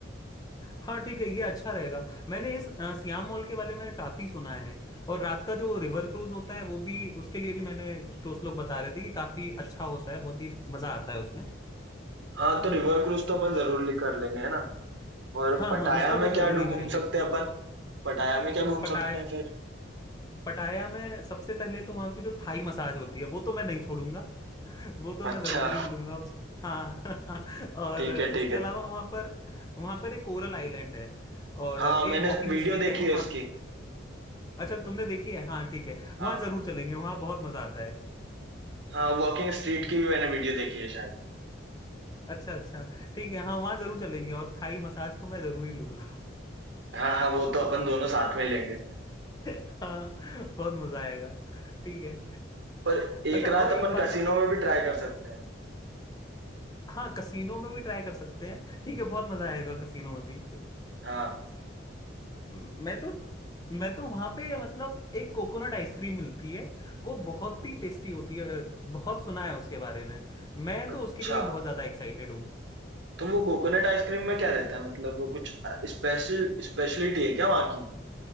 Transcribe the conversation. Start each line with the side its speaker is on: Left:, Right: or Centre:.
Left: हाँ ठीक है ये अच्छा रहेगा मैंने इस अ, सियाम मॉल के बारे में काफी सुना है और रात का जो रिवर क्रूज होता है वो भी उसके लिए भी मैंने दोस्त लोग बता रहे थे कि काफी अच्छा होता है बहुत ही मजा आता है उसमें
Right: हाँ तो रिवर क्रूज तो अपन जरूर ले- कर लेंगे है ना और
Left: हाँ
Right: पटाया
Left: हाँ उसको तो
Right: में
Left: जरूरी
Right: क्या ढू-
Left: करेंगे
Right: घूम सकते हैं अपन पटाया में क्या घूम
Left: पटाया
Right: सकते हैं फिर
Left: पटाया में सबसे पहले तो वहां पे जो थाई मसाज होती है वो तो मैं नहीं छोड़ूंगा <laughs> वो तो मैं
Right: अच्छा
Left: जरूरी लूंगा उसको हाँ
Right: <laughs>
Left: <laughs> और
Right: ठीक है ठीक
Left: उसके
Right: है
Left: अलावा वहां पर वहां पर एक कोरल आइलैंड है और
Right: हाँ
Left: एक
Right: मैंने
Left: वॉकिंग
Right: वीडियो
Left: स्ट्रीट
Right: देखी
Left: है वहाँ
Right: है उसकी
Left: अच्छा तुमने देखी है हाँ ठीक है
Right: हाँ
Left: वहां जरूर चलेंगे वहां बहुत मजा आता है
Right: हाँ वॉकिंग स्ट्रीट की भी मैंने वीडियो देखी है शायद
Left: अच्छा अच्छा ठीक है हाँ वहां जरूर चलेंगे और थाई मसाज तो मैं जरूरी लूंगा
Right: हाँ हाँ वो तो अपन दोनों साथ में ही लेंगे
Left: <laughs> हाँ बहुत मजा आएगा ठीक है
Right: पर एक
Left: अच्छा
Right: रात
Left: और एक
Right: अपन
Left: बात
Right: कसिनो
Left: ए-
Right: में भी ट्राई कर सकते हैं
Left: हाँ कसीनो में भी ट्राई कर सकते हैं ठीक है बहुत मजा आएगा कसीनो में भी
Right: हाँ
Left: मैं तो मैं तो वहां पे मतलब एक कोकोनट आइसक्रीम मिलती है वो बहुत ही टेस्टी होती है बहुत सुना है उसके बारे में मैं
Right: अच्छा
Left: तो उसके लिए भी बहुत ज्यादा एक्साइटेड हूँ
Right: तो वो कोकोनट आइसक्रीम में क्या रहता है मतलब वो कुछ स्पेशल स्पेशलिटी है क्या वहाँ की